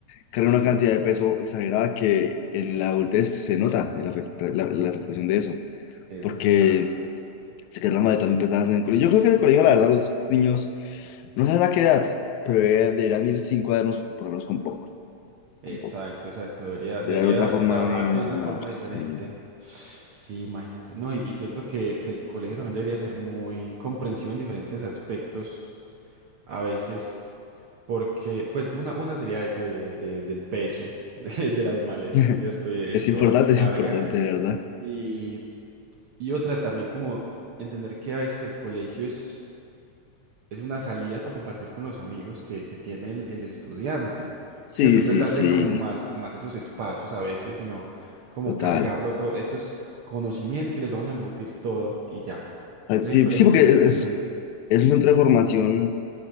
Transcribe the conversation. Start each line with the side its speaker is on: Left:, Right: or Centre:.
Left: cargan
Right: Sí,
Left: una cantidad de peso exagerada que en la adultez se nota el afecta- la, la afectación de eso,
Right: es
Left: porque
Right: verdad.
Left: se quedan las maletas muy pesadas en el colegio. Yo creo que en el colegio, la verdad, los niños, no sé a qué edad, pero deberían deberían ir sin cuadernos, por lo menos con pocos,
Right: Exacto,
Left: con poco.
Right: exacto. Debería,
Left: Debe
Right: debería
Left: haber otra forma
Right: trabajarse
Left: de enseñar,
Right: de una forma
Left: sí.
Right: diferente. Sí, imagínate. No, y, y siento que, que el colegio también debería ser muy comprensivo en diferentes aspectos a veces, porque, pues, una, una sería ese de, de- del peso <laughs> de, de las maletas,
Left: <laughs>
Right: ¿cierto? Y eh,
Left: Es
Right: todo
Left: importante,
Right: lo que cargan.
Left: es importante, de verdad.
Right: Y, y otra también como entender que a veces el colegio es es una salida para compartir con los amigos que, que tiene el, el estudiante,
Left: Sí,
Right: ¿cierto? Entonces
Left: sí,
Right: darle
Left: sí,
Right: como más, más esos espacios a veces, sino como
Left: total.
Right: cargarlo todo. Esto es conocimiento y les vamos a embutir todo y ya.
Left: Ah,
Right: Siento
Left: Sí,
Right: que hay colegios
Left: sí, porque
Right: que pegan
Left: es, es-
Right: mucho de eso.
Left: Es un centro de formación.